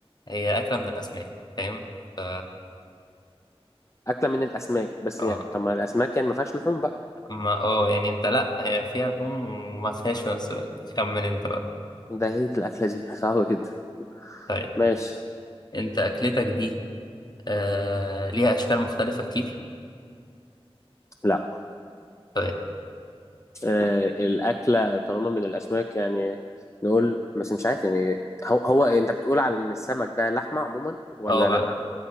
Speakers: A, on the left; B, on the left.
A: هي أكلة من الأسماك فاهم ف
B: أكلة من الأسماك بس
A: اه
B: يعني طب ما الأسماك يعني ما فيهاش لحوم بقى
A: ما اه يعني أنت لأ هي فيها لحوم وما فيهاش في نفس الوقت خمن أنت بقى
B: ده هي الأكلة دي صعبة جدا
A: طيب
B: ماشي
A: أنت أكلتك دي آه ليها أشكال مختلفة كتير
B: لا
A: طيب،
B: آه الأكلة طالما من الأسماك يعني نقول بس مش عارف يعني هو, هو أنت بتقول على إن السمك ده لحمة عموما ولا
A: أو
B: لأ